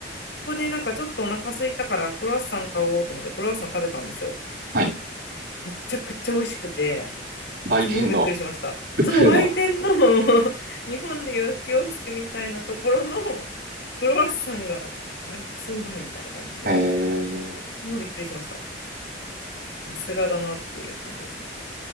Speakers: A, on the left; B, on the right.
A: ここでなんかちょっとお腹空いたからクロワッサン買おうと思ってクロワッサン食べたんですよ。
B: はい。
A: めちゃくちゃ美味しくて、
B: 売店の
A: 超びっくりしました。
B: 普通の。
A: そう、売店の <laughs> 日本でいうキオスクみたいなところのクロワッサンがバリクソうまいみたいな感じで、
B: えー、
A: もうびっくりしました。さすがだなっていう感じですね。